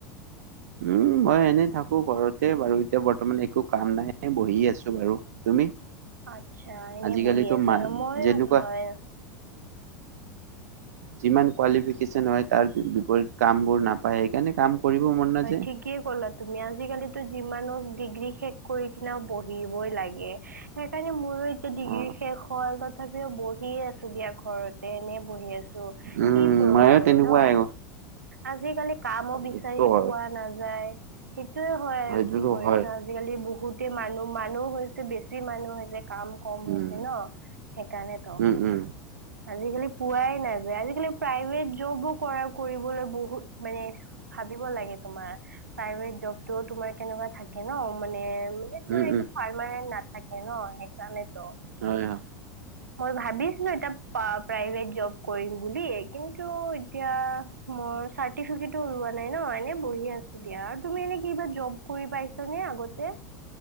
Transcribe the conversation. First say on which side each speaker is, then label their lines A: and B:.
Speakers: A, on the right; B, on the right.
A: উম মই এনেই থাকো ঘৰতে বাৰু এতিয়া বৰ্তমান একো কাম নাই বহি আছো বাৰু তুমি
B: আচ্ছা এনে
A: আজিকালিতো
B: বহি আছ
A: মা
B: ন মই
A: যেনেকুৱা
B: হয়।
A: যিমান কোৱালিফিকেশ্যন হয় তাৰ বিপৰীত কাম বোৰ নাপায় সেইকাৰণে কাম কৰিব মন নাযায়।
B: ঠিকেইে ক'লা তুমি আজিকালিতো যিমানো ডিগ্ৰী শেষ কৰি কিনে বহিবই লাগে। সেইকাৰণে মোৰ। য়া ডিগ্ৰী
A: অ',
B: শেষ হ'ল তথাপিও বহিয়ে আছো দিয়া ঘৰতে এনে বহি আছো
A: উম,
B: কি কৰো
A: ময়ো
B: আৰু
A: তেনেকুৱাই
B: ন?
A: অ',
B: আজিকালি কামো বিছ
A: এইটোতো
B: পোৱা
A: হয়
B: নাযায় সেইটোয়ে হয় আৰু
A: সেইটোতো
B: কি কৰিম
A: হয়
B: ন আজিকালি বহুতে মানুহ-মানুহ হৈছে বেছি মানুহ হৈছে। কাম কম হৈছে
A: উম,
B: ন? সেইকাৰণে তো।
A: উম, উম,
B: আজিকালি পোৱাই নাযায় আজালি প্ৰাইভেট জবোৰ কৰা কৰিবলৈ বহুত মানে ভাবিব লাগে তোমাৰ প্ৰাইভেট জবতটো তোমাৰ কেনেকুৱা থাকে ন মানে মানে তোমাৰ
A: উম,
B: এইটো
A: উম,
B: পাৰ্মেণ্ট নাথাকে ন সেইকাৰণেতো।
A: হয়'- হয়'।
B: মই ভাবিছিলো এটা প্ৰাইভেট জব কৰিম বুল কিন্তু এতিয়া চাৰ্টিফিকেট নাই ন এনে বহি আছো দিয়া আৰু তুমি এনে কিবা জব কৰি পাইছ নে আগতে?